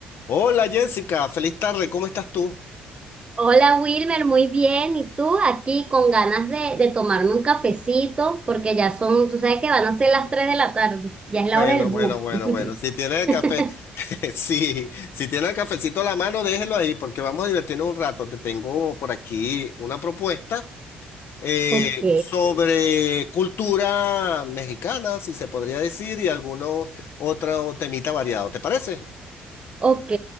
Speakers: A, on the left; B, on the right.
A: Hola Jessica, feliz tarde, ¿cómo estás tú?
B: Hola Wilmer, muy bien. ¿Y tú aquí con ganas de, de tomarme un cafecito? Porque ya son, tú sabes que van a ser las 3 de la tarde, ya es la
A: Bueno,
B: hora del
A: bueno,
B: bus.
A: bueno,
B: <laughs>
A: bueno, si tiene el café, <laughs> sí, si tiene el cafecito a la mano, déjelo ahí porque vamos a divertirnos un rato. Te tengo por aquí una propuesta eh,
B: Ok,
A: sobre cultura mexicana, si se podría decir, y algunos otros temitas variados, ¿te parece?
B: ok,